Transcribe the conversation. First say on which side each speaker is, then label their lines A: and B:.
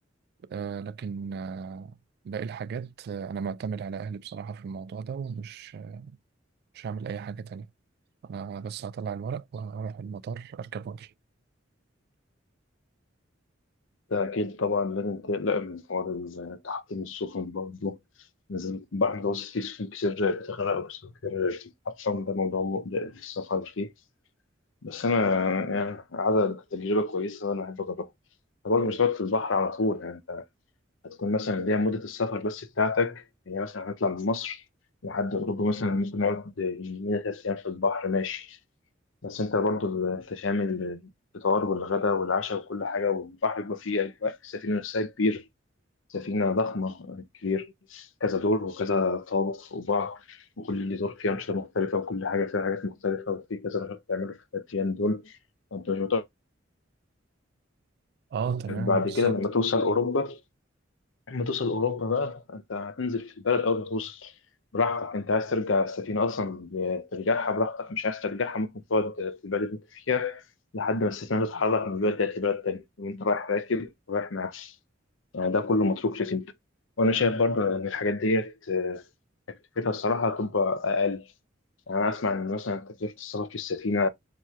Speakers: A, on the right (about 55°); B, on the left (about 75°).
A: آه، لكن آه، باقي الحاجات آه، أنا معتمد على أهلي بصراحة في الموضوع ده ومش مش هعمل أي حاجة تانية أنا بس هطلع الورق وهروح المطار أركب وأمشي
B: ده أكيد طبعا لازم تقلق من حوار تحطيم السفن برضه لازم البحر المتوسط فيه سفن كتير بتغرق وسفن كتير بتتحطم ده موضوع مقلق في السفر فيه بس أنا يعني عدد تجربة كويسة وأنا أحب أجربها طبعا مش هتقعد في البحر على طول يعني هتكون مثلا اللي هي مدة السفر بس بتاعتك هي مثلا هنطلع من مصر لحد أوروبا مثلا ممكن نقعد يومين تلات أيام في البحر ماشي بس أنت برضو أنت شامل الفطار والغدا والعشاء وكل حاجة والبحر بيبقى فيه أجواء السفينة نفسها كبيرة سفينة ضخمة كبير كذا دور وكذا طابق فوق بعض وكل دور فيه أنشطة مختلفة وكل حاجة فيها حاجات مختلفة وفي كذا نشاط بتعمله في التلات أيام دول فأنت مش متوقع.
A: أه تمام
B: بعد
A: بالظبط
B: كده لما توصل أوروبا لما توصل أوروبا بقى أنت هتنزل في البلد أول ما توصل براحتك أنت عايز ترجع السفينة أصلا ترجعها براحتك مش عايز ترجعها ممكن تقعد في البلد اللي أنت فيها لحد ما السفينة تتحرك من البلد ديت لبلد تاني وأنت رايح راكب ورايح معاك يعني ده كله متروك لك أنت وأنا شايف برضه إن الحاجات ديت آه، تكلفتها الصراحة هتبقى أقل يعني أنا أسمع إن مثلا تكلفة السفر في السفينة